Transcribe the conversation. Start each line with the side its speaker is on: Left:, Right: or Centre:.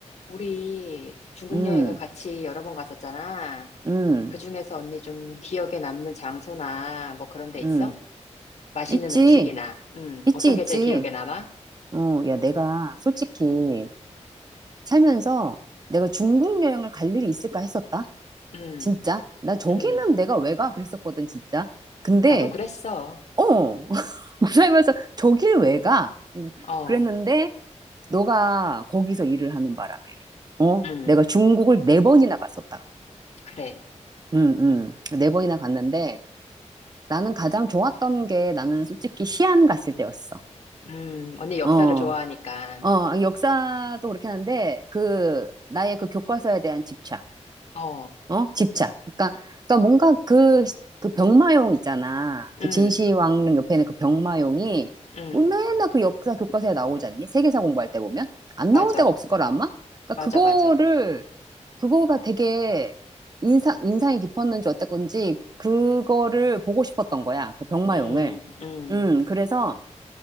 Left: 우리 중국
Right: 음,
Left: 여행을 같이 여러 번 갔었잖아.
Right: 음,
Left: 그 중에서 언니 좀 기억에 남는 장소나 뭐 그런 데 있어?
Right: 음.
Left: 맛있는
Right: 있지,
Left: 음식이나, 음,
Right: 있지,
Left: 어떤
Right: 있지.
Left: 게 제일 기억에 남아?
Right: 어, 야, 내가 솔직히 살면서 내가 중국 여행을 갈 일이 있을까 했었다.
Left: 음,
Right: 진짜. 나 저기는
Left: 음,
Right: 내가 왜 가? 그랬었거든, 진짜. 근데,
Left: 나도 그랬어.
Right: 어, <laughs> 살면서 저길 왜 가? 음,
Left: 어,
Right: 그랬는데, 너가 거기서 일을 하는 바람에, 어?
Left: 음,
Right: 내가 중국을 네 번이나 갔었다.
Left: 그래.
Right: 응, 응, 네 번이나 갔는데, 나는 가장 좋았던 게 나는 솔직히 시안 갔을 때였어.
Left: 음, 언니 역사를
Right: 어. 어,
Left: 좋아하니까.
Right: 아, 역사도 그렇게 하는데, 그, 나의 그 교과서에 대한 집착,
Left: 어,
Right: 어? 집착. 그러니까, 그러니까 뭔가 그, 그 병마용 있잖아. 그
Left: 음,
Right: 진시황릉 옆에 있는 그 병마용이,
Left: 음,
Right: 우리 맨날 그 역사 교과서에 나오지 않니? 세계사 공부할 때 보면? 안
Left: 맞아.
Right: 나올 때가 없을 거라, 아마? 그러니까
Left: 맞아,
Right: 그거를,
Left: 맞아.
Right: 그거가 되게 인상, 인상이 깊었는지 어땠건지, 그거를 보고 싶었던 거야. 그 병마용을.
Left: 음, 음,
Right: 음, 그래서